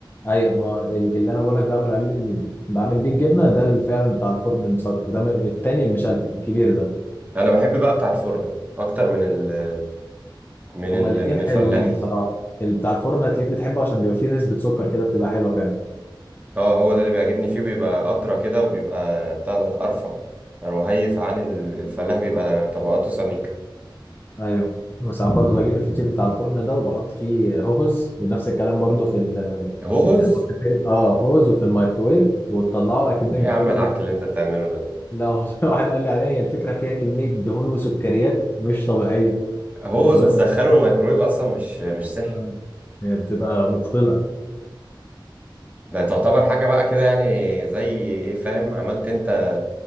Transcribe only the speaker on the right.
انا بحب بقى بتاع الفرن اكتر من ال من
ال
من
الفلاح
اه هو ده اللي بيعجبني فيه بيبقى اطرى كده وبيبقى بتاع ده ارفع رهيف عن ال- الفلاح بيبقى طبقاته سميكة
هوز
ايه يا عم
العك اللي انت بتعمله ده
هوز
وتدخله الميكرويف اصلا مش مش صحي
ده تعتبر حاجة بقى كده يعني زي ايه فاهم عملت انت